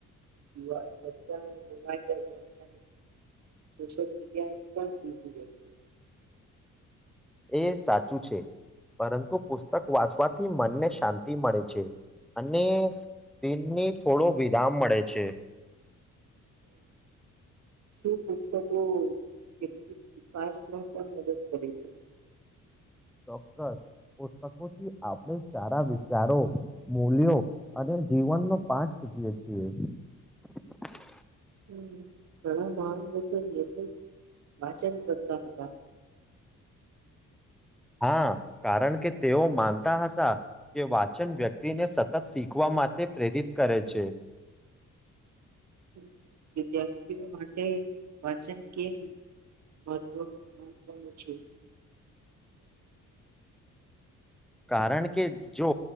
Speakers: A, on the right; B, in the centre.
A: બધા મોબાઈલ સોશિયલ મીડિયા
B: એ સાચું છે પરંતુ પુસ્તક વાંચવાથી મનને શાંતિ મળે છે અને સ્પીનની થોડો વિરામ મળે છે
A: <unintelligible> સુું પુસ્તકો કેટલીક વિકાસમાં પણ મદદ કરે છે
B: ચોક્કસ પુસ્તકોથી આપણે સારા વિચારો મૂલ્યો અને જીવનનો પાઠ શીધીએ છીએ
A: હમ ઘણા મહાન લોકો નિર્મિત વાચન કરતા હતા
B: હા કારણ કે તેઓ માનતા હ હતા કે વાચન વ્યક્તિને સતત શીખવા માટે પ્રેરિત કરે છે
A: હમ. વિદ્યાર્થીઓ માટે વાચન કેમ મહત્વ મહત્વનું છે
B: કારણ કે જો